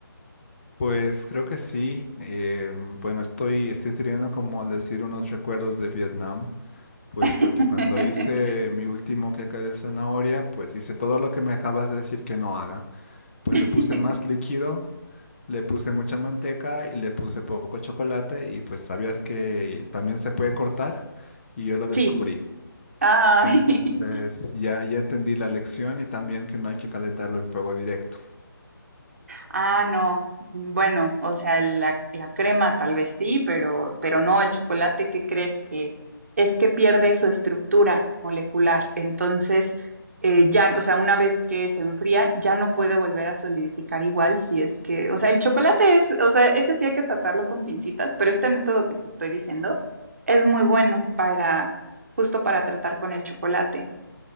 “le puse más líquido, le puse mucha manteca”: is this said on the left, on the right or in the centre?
Left